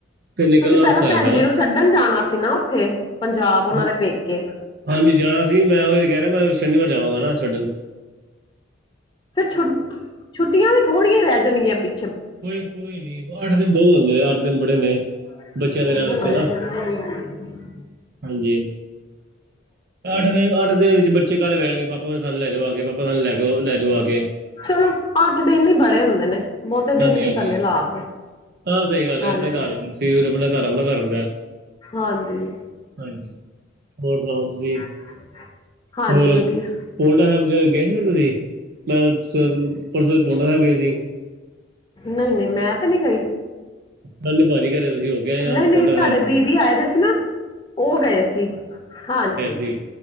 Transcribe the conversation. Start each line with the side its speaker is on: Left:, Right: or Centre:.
Right: ਤੇ ਨਿਕਲਣਾ
Left: ਤੁਸੀਂ ਪੈ
Right: ਔਖਾ
Left: ਲਲਾਂ
Right: ਹੋ ਜਾਂਦਾ
Left: ਭੈਣ ਜੀ
Right: ਨਾ
Left: ਨੂੰ ਛੱਡਣ ਜਾਣਾ ਸੀ ਨਾ ਉੱਥੇ ਪੰਜਾਬ ਉਨਾਂ
Right: ਹਾਂ-
Left: ਦੇ ਪੇਕੇ।
Right: ਹਾਂਜੀ, ਜਾਣਾ ਸੀ, ਮੈਂ ਓਹੀ ਤੇ ਕੈ ਰਿਆ ਮੈਂ ਸ਼ਨੀਵਾਰ ਜਾਵਾਂਗਾ ਨਾ ਛੱਡਣ।
Left: ਫੇਰ ਛੁ ਛੁੱਟੀਆਂ ਵੀ ਥੋੜੀਆਂ ਈ ਰੈ ਜਾਣਗੀਆਂ ਪਿੱ
Right: ਕੋਈ-ਕੋਈ ਨੀ ਅੱਠ ਦਿਨ ਬੋਤ ਹੁੰਦੇ ਨੇ ਅੱਠ ਦਿਨ ਬੜੇ ਨੇ।
Left: <inaudible>
Right: ਬੱਚਿਆਂ ਦੇ ਰਹਿਣ ਵਾਸਤੇ ਨਾ ਹਾਂਜੀ, ਅੱਠ ਦੇ ਅੱਠ ਦੇ ਵਿੱਚ ਬੱਚੇ ਕਾਲੇ ਪੈਣਗੇ ਪਾ ਪਾ ਸਾਨੂੰ ਲੈਜੂ ਆ ਕੇ ਪਾਪਾ ਸਾਨੂੰ ਲੈ ਕੇ ਲੈਜੋ ਆ ਕੇ।
Left: ਚਲੋ ਅੱਠ ਦਿਨ ਈ ਬੜੇ ਹੁੰਦੇ ਨੇ ਬੋਤੇ ਦਿਨ
Right: ਹਾਂਜੀ
Left: ਕੀ
Right: ਹਾਂਜੀ
Left: ਕਰਨੇ ਲਾ ਕੇ।
Right: ਹਾਂ ਸਈ ਗੱਲ
Left: ਹਾਂਜੀ
Right: ਐ ਆਪਣੇ ਘਰ ਆਪਣਾ ਘਰ ਆਪਣਾ ਘਰ ਹੁੰਦੈ।
Left: ਹਾਂਜੀ।
Right: ਹਾਂਜੀ ਹੋਰ ਸੁਣਾਓ? ਤੁਸੀਂ
Left: <inaudible> ਹਾਂਜੀ
Right: ਹੋਰ
Left: ਵਧੀਆ
Right: ਪੌਂਟਾ ਸੈਬ ਚ ਗਏ ਸੀ ਫੇਰ ਤੁਸੀਂ? <unintelligible> ਪਰਸੋ ਤੁਸੀ ਪੌਂਟਾ ਸੈਬ ਗਏ ਸੀ।
Left: ਨਈ-ਨਈ ਮੈਂ ਤੇ ਨੀ ਗਈ।
Right: ਕੱਲ੍ਹ ਭਾਜੀ ਘਰੇ ਅਸੀਂ ਹੋ ਗਏ ਆ
Left: ਨਈ-ਨਈ
Right: ਪੌਂਡਾ
Left: ਸਾਡੇ
Right: ਸਾਹਿਬ
Left: ਦੀਦੀ ਆਏ ਦੇ ਸੀ ਨਾ ਓ ਗਏ ਸੀ, ਹਾਂਜੀ।
Right: ਜੀ।